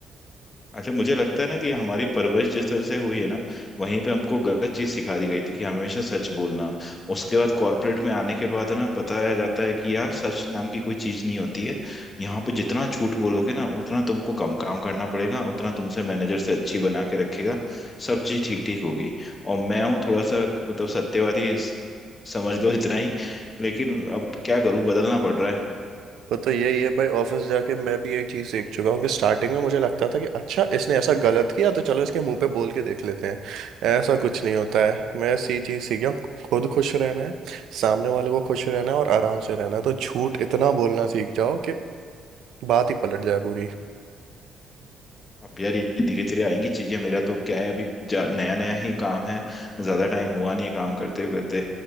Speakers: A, on the left (about 25°); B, on the right (about 75°).
A: अच्छा मुझे लगता है ना कि हमारी परवरिश जिस तरह से हुई है ना वहीं पे हमको गलत चीज सिखा दी गई थी कि हमेशा सच बोलना उसके बाद कॉर्पोरेट में आने के बाद है ना बताया जाता है कि यार सच नाम की कोई चीज नहीं होती है यहाँ पे जितना झूठ बोलोगे ना उतना तुमको कम काम करना पड़ेगा उतना तुमसे मैनेजर से अच्छी बना के रखेगा सब चीज ठीक ठीक होगी और मैं हूँ थोड़ा सा मतलब सत्यवादी समझ लो इतना ही लेकिन अब क्या करूं बदलना पड़ रहा है
B: वो तो यही है भाई ऑफिस जाके मैं भी एक चीज सीख चुका हूँ कि स्टार्टिंग में मुझे लगता था कि अच्छा इसने ऐसा गलत किया तो चलो इसके मुंह पे बोल के देख लेते हैं ऐसा कुछ नहीं होता है मैं सी चीज सीख गया हूँ खुद खुश रहना है सामने वाले को खुश रहना है और आराम से रहना है तो झूठ इतना बोलना सीख जाओ कि बात ही पलट जाए पूरी
A: अब यार ये धीरे धीरे आएंगी चीजें मेरा तो क्या है अभी जा, नया नया ही काम है ज्यादा टाइम हुआ नहीं है काम करते करते